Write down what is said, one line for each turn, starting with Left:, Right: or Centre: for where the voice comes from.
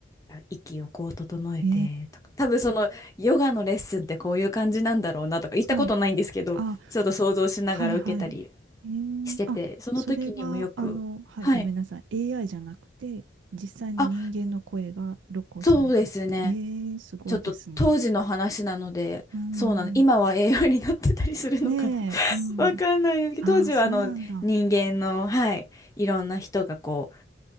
Left: う、息をこう整えてとか、
Right: へえ、
Left: 多分そのヨガのレッスンってこういう感じなんだろうなとか、行ったことないんですけど、
Right: はい。あ、
Left: ちょっと想像しながら受けたり
Right: はいはい。へえ、
Left: してて、
Right: あ、
Left: その時にもよく、
Right: それは、あの、はい、
Left: はい。
Right: ごめんなさい。AI じゃなくて、実際の人間の声が録音されてる。
Left: あ、そうですね。
Right: ええ、すごいですね。
Left: ちょっと当時の話なので、
Right: うん。
Left: そうなの。今は栄養になってたりするのかな
Right: ねえ、うん。
Left: <laughs> わかんないですけど、
Right: ああ、
Left: 当時はあの人間の、
Right: そうなんだ。なる
Left: はい、いろんな人がこう、